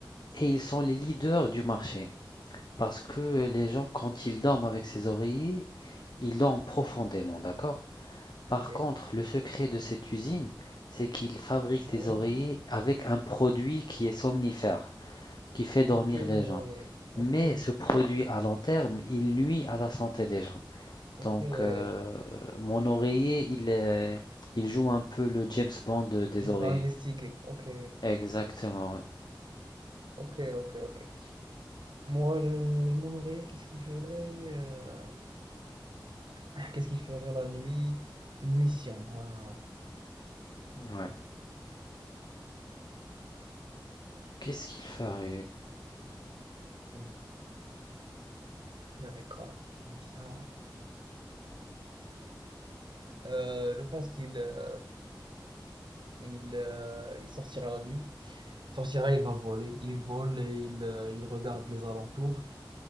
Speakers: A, on the left; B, on the right.
A: et ils sont les leaders du marché parce que les gens, quand ils dorment avec ces oreillers, ils dorment profondément. D'accord? Par
B: Ok.
A: contre, le secret de cette usine, c'est qu'ils fabriquent
B: Oh,
A: des oreillers avec un produit qui est somnifère, qui fait
B: ok,
A: dormir les gens.
B: ok,
A: Mais ce produit à long terme, il nuit à la santé des gens.
B: ok,
A: Donc, euh, mon
B: ok.
A: oreiller, il est- il joue un peu le James Bond de- des
B: Il
A: oreillers.
B: va investiguer. Ok,
A: Exactement, ouais.
B: ok, ok, ok. Moi, le, le- mon oreiller, qu'est-ce qu'il ferait euh, <clears throat> Qu'est-ce qu'il ferait la nuit? Une mission. ah.
A: Ouais. Qu'est-ce qu'il ferait?
B: Il ferait quoi? Une mission. Euh, je pense qu'il euh, il, euh, il sortira la nuit. Il Sortira, il va voler. Il vole et il, euh, il regarde les alentours.